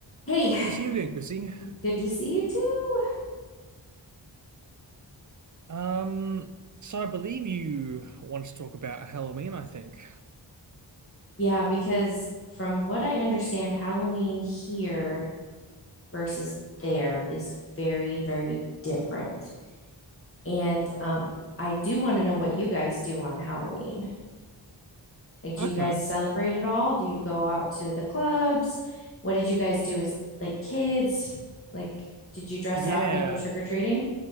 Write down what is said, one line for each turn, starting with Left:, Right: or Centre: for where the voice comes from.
Left: Hey,
Right: It's good to see you again, Chrissy.
Left: good to see you too.
Right: Um, so I believe you want to talk about Halloween, I think.
Left: Yeah, because from what I understand, Halloween here versus there is very, very different. And um, I do want to know what you guys do on Halloween. Like, do
Right: Okay.
Left: you guys celebrate at all? Do you go out to the clubs? What did you guys do as like kids? Like, did you dress
Right: Yeah.
Left: up and go trick-or-treating?